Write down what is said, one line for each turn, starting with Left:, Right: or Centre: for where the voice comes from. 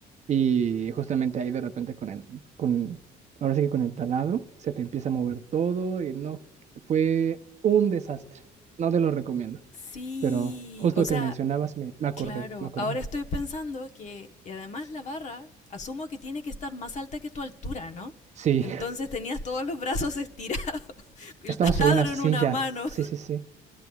Right: Y justamente ahí de repente con el, con, ahora sí que con el taladro, se te empieza a mover todo y no, fue un desastre. No te lo recomiendo,
Left: Sí,
Right: pero justo
Left: o sea,
Right: que mencionabas, me, me acordé,
Left: claro.
Right: me acordé.
Left: Ahora estoy pensando que, y además la barra, asumo que tiene que estar más alta que tu altura, ¿no?
Right: Sí,
Left: Entonces tenías todos los brazos estirados, <laughs>
Right: <laughs>
Left: el
Right: estaba
Left: taladro
Right: sobre una silla.
Left: en una mano,
Right: Sí, sí, sí.